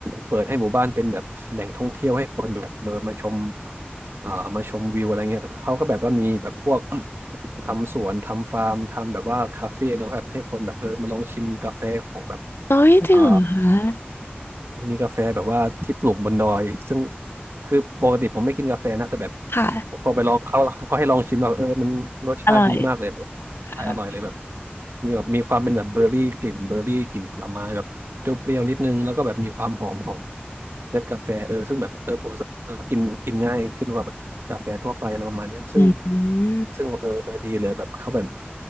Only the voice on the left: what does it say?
โอ้ยจริงเหรอคะ
ค่ะ
อร่อยค่ะ
อืมอืม